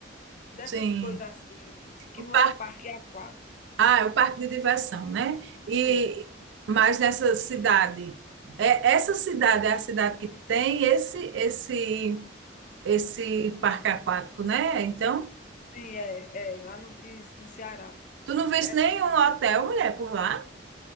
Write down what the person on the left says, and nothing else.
dessas
coisas assim, que
não
era parque aquático.
Sim,
sim, é, é lá no, em- no Ceará.
É